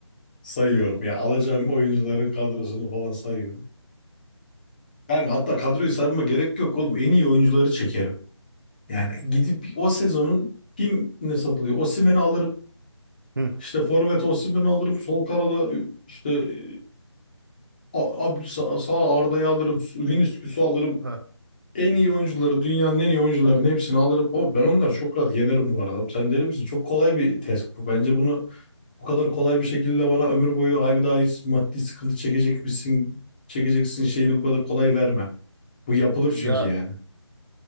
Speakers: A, on the left (about 20°); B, on the right (about 45°).
A: Sayıyorum ya. Alacağım oyuncuların kadrosunu falan sayıyorum. Yani hatta kadroyu saymama gerek yok oğlum. En iyi oyuncuları çekerim. Yani gidip o sezonun kim ne satılıyor? Osimhen'i alırım.
B: Hı.
A: İşte forvet Osimhen'i alırım. Sol kanada işte e, A- abi sağ, sağ Arda'yı alırım. Su- Vinicius'u alırım.
B: Ha.
A: En iyi oyuncuları, dünyanın en iyi oyuncularının hepsini alırım. O ben onları çok rahat yenerim bu arada. Sen deli misin? Çok kolay bir test bu. Bence bunu Bu kadar kolay bir şekilde bana ömür boyu ay bir daha hiç maddi sıkıntı çekecek misin, çekeceksin şeyini bu kadar kolay verme. Bu yapılır
B: Ya
A: çünkü yani.